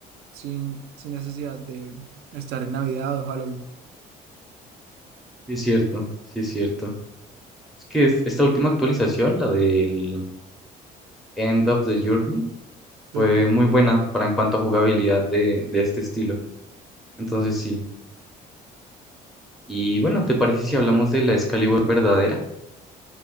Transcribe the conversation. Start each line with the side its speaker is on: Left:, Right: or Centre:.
Right: sin, sin necesidad de estar en Navidad o Halloween.
Centre: Sí es cierto, sí es cierto. Es que es- esta última actualización, la del End of the Journey,
Right: Sí.
Centre: fue muy buena para en cuanto a jugabilidad de, de este estilo. Entonces sí. Y bueno, ¿te parece si hablamos de la Excalibur verdadera?